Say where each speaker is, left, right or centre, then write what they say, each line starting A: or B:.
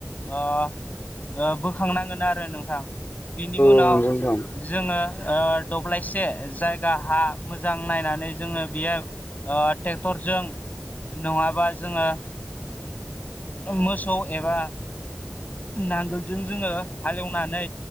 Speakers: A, on the left (about 45°); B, on the left (about 60°).
A: ओ बोखांनांगोन आरो नोंथां बिनि उनाव
B: औ नंगौ नोंथां
A: जोङो दब्लायसे जायगा हा मोजां नायनानै जोङो बियो ओ ट्रेक्टरजों नङाबा जोङो मोसौ एबा नांगोलजों जोङो हाले एवनानै